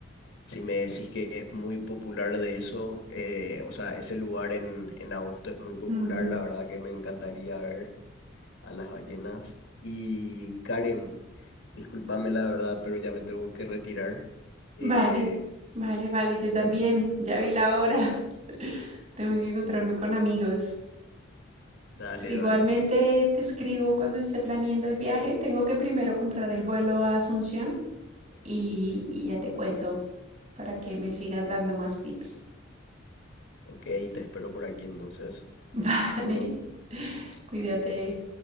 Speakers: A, on the left; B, on the right.
A: si me decís que es muy popular de eso, eh, o sea, ese lugar en, en agosto es muy popular.
B: Mm,
A: La verdad que me encantaría ver a las ballenas. Y Karen, discúlpame la verdad, pero ya me tengo que retirar. Eh,
B: Vale, vale, vale, yo también,
A: me-
B: ya vi la hora. <laughs> Tengo que encontrarme con amigos.
A: Dale,
B: Pero igualmente
A: dale.
B: te escribo cuando esté planeando el viaje. Tengo que primero comprar el vuelo a Asunción y, y ya te cuento para que me sigas dando más tips.
A: Ok, te espero por aquí entonces.
B: <laughs> Vale,
A: Hasta luego.
B: cuídate.